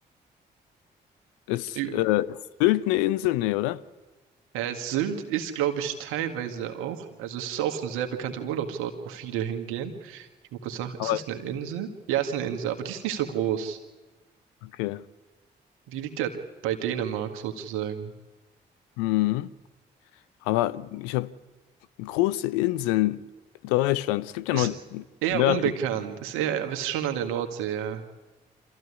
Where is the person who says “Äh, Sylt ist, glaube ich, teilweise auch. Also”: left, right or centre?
Right